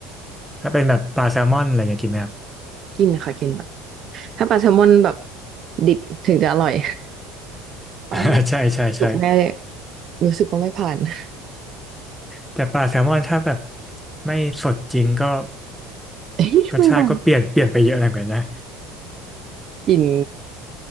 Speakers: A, in the centre; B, on the right.
A: ถ้าเป็นแบบปลาแซลมอนอะไรอย่างเงี้ยกินไหมครับ
B: กินค่ะกินหมดถ้าปลาแซลมอนแบบดิบถึงจะอร่อย ว่าทำสุกแม่เลย
A: <laughs> ใช่ใช่ใช่
B: รู้สึกว่าไม่ผ่าน <laughs>
A: แต่ปลาแซลมอนถ้าแบบไม่สดจริงก็
B: เอ้ยไม่้าง
A: รสชาติก็เปลี่ยนเปลี่ยนไปเยอะเหมือนกันนะ
B: กลิ่น